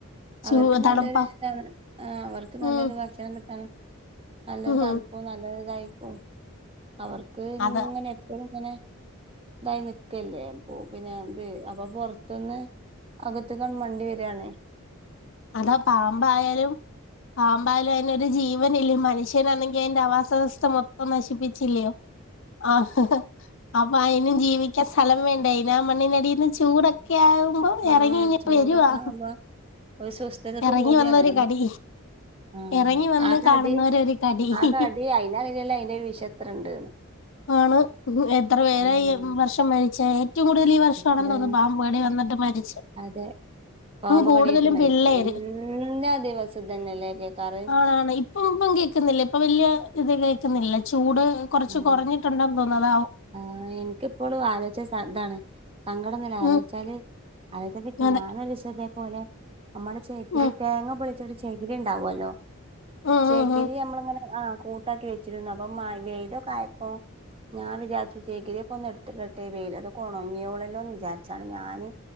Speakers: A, on the left; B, on the right.
A: ചൂ
B: അവർക്ക് നല്ലൊരു
A: തണുപ്പ
B: ഇതാണ് ആ അവർക്ക് നല്ലൊരു
A: ഉം
B: ഭക്ഷണം കി ആ നല്ലൊരു
A: ഉം
B: തണുപ്പും നല്ലൊരു തായി <unintelligible> അവർക്ക് ഇങ്ങനെ
A: അത
B: എപ്പഴും അങ്ങനെ ഇതായി നിക്കല്ലേ അപ്പൊ പിന്നെ ഇത് അപ്പൊ പൊർത്ത്ന്ന് അകത്ത്ക്കങ്ങട്ട് മണ്ടി വെരാണേ
A: അതാ പാമ്പായാലും പാമ്പായാലും അയി ജീവനല്ലേ മനുഷ്യനാണെങ്കി അതിന്റെ ആവാസവസ്ഥ മൊത്തം നശിപ്പിച്ചില്ലയോ ആ ഹ് ഹ് പ്പ അയിനും ജീവിക്കാൻ സ്ഥലം വേണ്ടേ ന്നാ മണ്ണിനടിന്ന് ചൂടൊക്കെ ആകുമ്പോ
B: ആഹ്
A: ഇറങ്ങി ഇങ്
B: ചൂടൊക്കെ
A: വരുവാ
B: ആവുമ്പോ ഒരു സുസ്ഥതക്ക്
A: ഇറങ്ങി
B: പോരാണ്
A: വന്നൊ ഒരു കടി
B: ആഹ്
A: ഇറങ്ങി വന്ന്
B: ആ കടി
A: കാണുന്നോരൊരു കടി
B: ആ
A: ഹ്
B: കടി
A: ഹ്
B: അയിനറിയില്ലല്ലോ അയിന്റെ വിഷത്രണ്ട്ന്ന്
A: ആണ് എത്ര പേരായി
B: ഉം
A: ഈ വർഷം മ <unintelligible> ഏറ്റവും കൂടുതൽ ഈ വർഷാണെന്ന്
B: എത്രേ
A: തോന്നുന്നു പാമ്പ് കടി വന്നിട്ട് മരിച്ചേ
B: അതെ പാമ്പ്
A: കൂടുതലും
B: കടിയേറ്റ് മരിച്ചു
A: <unintelligible>
B: എല്ലാ ദിവസം ഇതന്നെല്ലേ കേക്കാറ്
A: ആണ് ഇപ്പം ഇപ്പം കേക്കുന്നില്ല ഇപ്പം വെല്യ ഇപ്പൊ ഇത് കേൾക്കുന്നില്ല ചൂട് കൊറച്ച്
B: മ്
A: കൊറഞ്ഞിട്ടുണ്ടെന്ന് തോന്നുന്നു അതാവും
B: ആ എനിക്കിപ്പളും ആലോയ്ച താണ് സങ്കടം വെരും ആലോയിച്ചാല്
A: ഉം
B: <unintelligible>
A: അതെ
B: പോലെ നമ്മുടെ ചേക്കില്
A: ഉം
B: തേങ്ങ പൊളിച്ചെടു ചെക് രി ഉണ്ടാവല്ലോ
A: ഉം
B: ചെകിരി
A: ഉം ഉം
B: നമ്മള ഇങ ആ കൂട്ടാക്കി വെച്ചിരുന്നു അപ്പം മ വെ കായപ്പോ ഞാൻ വിചാരിച്ചു ചെകിരിയൊക്കെ ഒന്ന് എടുത്തിട്ടട്ടെ വെയിൽ ഒണങ്ങീണല്ലോ വിചാരിച്ചാണ് ഞാന്